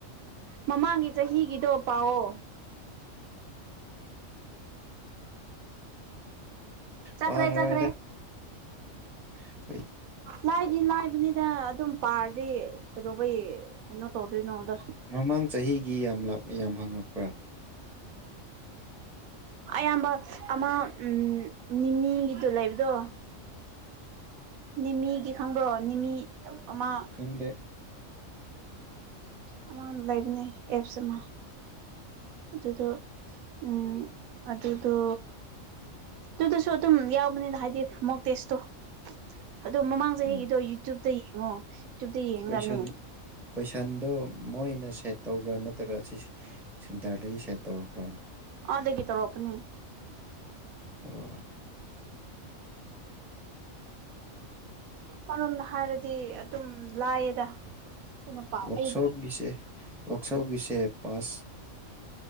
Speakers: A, on the right; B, in the centre.
A: ꯃꯃꯥꯡꯒꯤ ꯆꯍꯤꯒꯤꯗꯣ ꯄꯥꯎꯑꯣ ꯆꯈ꯭ꯔꯦ
B: ꯄꯥꯔꯔꯣꯏꯗ
A: ꯆꯈ꯭ꯔꯦ
B: ꯑꯩꯈꯣꯏ
A: ꯂꯥꯏꯗꯤ ꯂꯥꯏꯕꯅꯤꯗ ꯑꯗꯨꯝ ꯄꯥꯔꯗꯤ ꯀꯩꯗꯧꯕꯩ ꯀꯩꯅꯣ ꯇꯧꯗꯣꯏꯅꯣꯗ
B: ꯃꯃꯥꯡ ꯆꯍꯤꯒꯤ ꯌꯥꯝ ꯂꯛ ꯌꯥꯝ ꯍꯪꯉꯛꯄ꯭ꯔꯥ
A: ꯑꯌꯥꯝꯕ ꯑꯃ ꯎ ꯅꯤꯅꯤꯒꯤꯗꯨ ꯂꯩꯕꯗꯣ ꯅꯤꯃꯤꯒꯤ ꯈꯪꯕ꯭ꯔꯣ ꯅꯤꯃꯤ ꯑꯃ
B: ꯈꯪꯗꯦ
A: ꯑꯃ ꯂꯩꯕꯅꯦ ꯑꯦꯞꯁ ꯑꯃ ꯑꯗꯨꯗꯣ ꯎ ꯑꯗꯨꯗꯣ ꯑꯗꯨꯗꯁꯨ ꯑꯗꯨꯝ ꯌꯥꯎꯕꯅꯤꯅ ꯍꯥꯏꯗꯤ ꯃꯣꯛ ꯇꯦꯁꯇꯣ ꯑꯗꯣ ꯃꯃꯥꯡ ꯆꯍꯤꯒꯤꯗꯣ
B: ꯎꯝ
A: ꯌꯨꯇ꯭ꯨꯕꯇ ꯌꯦꯡꯉꯣ ꯌꯨꯇ꯭ꯌꯨꯕꯇ ꯌꯦꯡꯉꯒꯅꯦ
B: ꯀꯣꯏꯁꯟ ꯀꯣꯏꯁꯟꯗꯣ ꯃꯣꯏꯅ ꯁꯦꯠ ꯇꯧꯕ꯭ꯔꯥ ꯅꯠꯇ꯭ꯔꯒ ꯑꯁꯤꯁ ꯁꯦꯟꯇꯔꯗꯒꯤ ꯁꯦꯠ ꯇꯧꯛꯄ꯭ꯔꯥ
A: ꯑꯗꯩꯗꯒꯤꯈꯤ ꯇ ꯔꯣꯞꯄꯅꯤ
B: ꯑꯣ
A: ꯃꯔꯣꯝꯗ ꯍꯥꯏꯔꯗꯤ ꯑꯗꯨꯝ ꯂꯥꯏꯌꯦꯗ ꯑꯩꯈꯣꯏꯅ ꯄꯥ
B: ꯋꯥꯔꯛꯁꯣꯞꯒꯤꯁꯦ
A: ꯑꯩ
B: ꯋꯥꯔꯛꯁꯣꯞꯒꯤꯁꯦ ꯄꯥꯁ